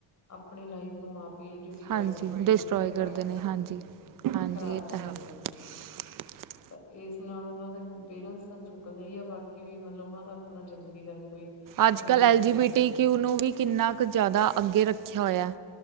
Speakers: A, on the left; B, on the right.
A: ਆਪਣੀ ਲਾਈਫ ਨੂੰ ਆਪ ਈ ਡਿਸਟ੍ਰੋਏ
B: ਹਾਂਜੀ
A: ਕਰਦੇ
B: ਡਿਸਟ੍ਰੋਏ
A: ਹੈਗੇ ਆ
B: ਕਰਦੇ
A: ਖ਼ਰਾਬ ਕਰ
B: ਨੇ ਹਾਂਜੀ ਹਾਂਜੀ
A: ਖ਼ਰਾਬ
B: ਇਹ
A: ਕਰਦੇ
B: ਤਾਂ ਹੈ।
A: ਆ।
B: <inaudible>
A: ਤਾਂ ਰਸ ਨਾਲ ਉਨਾਂ ਦੇ ਪੇਰੈਂਟਸ ਤਾਂ ਛੁੱਟਦੇ ਈ ਆ ਬਾਕੀ ਵੀ ਮਤਲਬ ਉਨਾਂ ਦਾ ਆਪਣਾ ਜ਼ਿੰਦਗੀ ਦਾ ਵੀ ਕੋਈ
B: ਅੱਜ
A: ਨਹੀਂ
B: ਕੱਲ੍ਹ
A: ਰਹਿੰਦਾ
B: ਐਲ ਜੀ
A: ਹੈਗਾ
B: ਬੀ ਟੀ ਕਿਊ ਨੂੰ ਵੀ ਕਿੰਨਾ ਕ ਜਾਦਾ ਅੱਗੇ ਰੱਖਿਆ ਹੋਇਆ।